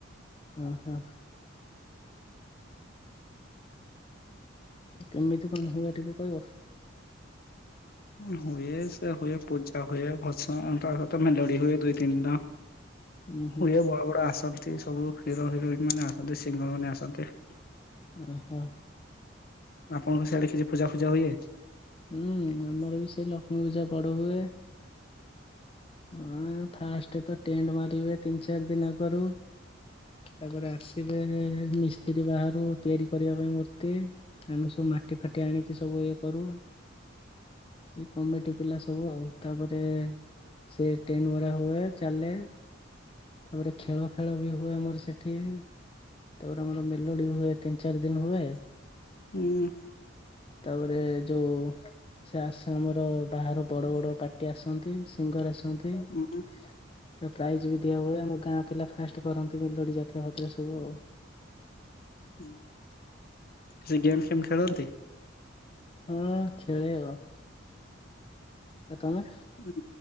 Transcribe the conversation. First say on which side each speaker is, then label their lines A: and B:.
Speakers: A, on the left (about 30°); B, on the left (about 50°).
A: ଓହୋ କେମିତି କଣ ହୁଏ ଟିକେ କହିବ।
B: ହୁଏ ସେ ହୁଏ ପୂଜା ହୁଏ ଭତ୍ସ ତା ସହିତ ମେଲଡି ହୁଏ ଦୁଇ ତିନି ଦିନ
A: ଉୁଁ ହୁଁ
B: ହୁଏ ବଡ ବଡ ଆସନ ଅସନ୍ତି ସବୁ ହିରୋ ହିରୋଇନ୍ ମାନେ ଆସନ୍ତି ସିଙ୍ଗର ମାନେ ଆସନ୍ତି।
A: ଓହୋ
B: ଆପଣଙ୍କ ସିଆଡେ କିଛି ପୂଜା ଫୂଜା ହୁଏ।
A: ହୁଁ ଆମର ବି ସେ ଲକ୍ଷ୍ମୀ ପୂଜା ବଡ ହୁଏ। ହଁ ଫାଷ୍ଟ ତ ଟେଣ୍ଟ ମାରିବେ ତିନି ଚାରି ଦିନ୍ ଆଗରୁ। ତାପରେ ଆସିବେ ମିସ୍ତ୍ରୀ ବାହାରୁ ତିଆରି କରିବା ପାଇଁ ମୂର୍ତ୍ତି। ଆମେ ସବୁ ମାଟି ଫାଟି ଆଣିକି ସବୁ ଇଏ କରୁ। ଏଇ କମିଟି ପିଲା ସବୁ ଆଉ ତାପରେ ସେ ଟେଣ୍ଡ ମରା ହୁଏ ଚାଲେ ତାପରେ ଖେଳ ଫେଳ ବି ହୁଏ ଆମର ସେଠି ତାପରେ ଆମର ମେଲୋଡି ହୁଏ ତିନି ଚାରି ଦିନ ହୁଏ।
B: ହୁଁ।
A: ତାପରେ ଯୋଉ ସେ ଆସାମର ବାହାରୁ ବଡ ବଡ ପାଟି ଆସନ୍ତି। ସିଙ୍ଗର ଆସି ଏମିତି ଦ
B: ଉଁ
A: ପ୍ରାଇଜ ବି ଦିଆ ହୁଏ, ଆମ ଗାଁ ପିଲା ଫାଷ୍ଟ କରନ୍ତି ମେଲଡି ଯାତ୍ରା ଫାତ୍ରା ସବୁ ଆଉ।
B: ହୁଁ, ସେ ଗେମ୍ ଫେମ୍ ଖେଳନ୍ତି?
A: ହଁ, ଖେଳେ ଆଉ। ତମେ?
B: ହୁଁ,